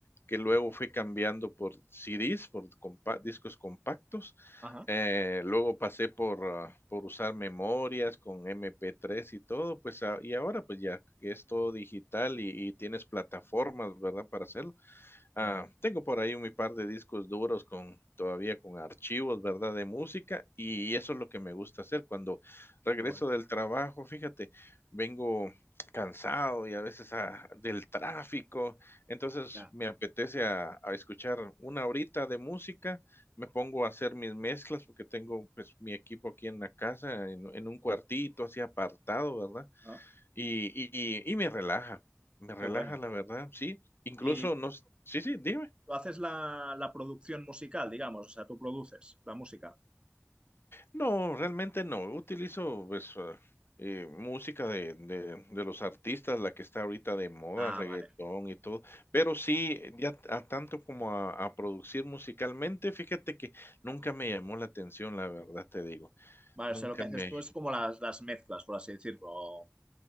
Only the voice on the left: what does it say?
que luego fui cambiando por CDs, por compa- discos compactos.
Eh, luego pasé por, ah, por usar memorias con MP3 y todo, pues, ah, y ahora pues ya que es todo digital y, y tienes plataformas, ¿verdad? Para hacerlo, Ah,
tengo por ahí un par de discos duros con todavía con archivos, ¿verdad? De música y eso es lo que me gusta hacer cuando regreso
del trabajo, fíjate, vengo cansado y a veces ah, del tráfico, entonces
me apetece a, a escuchar una horita de música, me pongo a hacer mis mezclas porque tengo pues mi equipo aquí en la casa, en, en un cuartito así apartado, ¿verdad?
Y y y me relaja, me relaja,
la verdad, sí. Incluso
nos sí, sí, dime.
No, realmente no, utilizo, pues, ah, eh, música de de de los artistas, la que está ahorita de moda,
reggaetón
y todo, pero sí, eh, ya t- a tanto como a a producir musicalmente, fíjate que nunca me llamó la atención, la verdad te digo,
nunca
me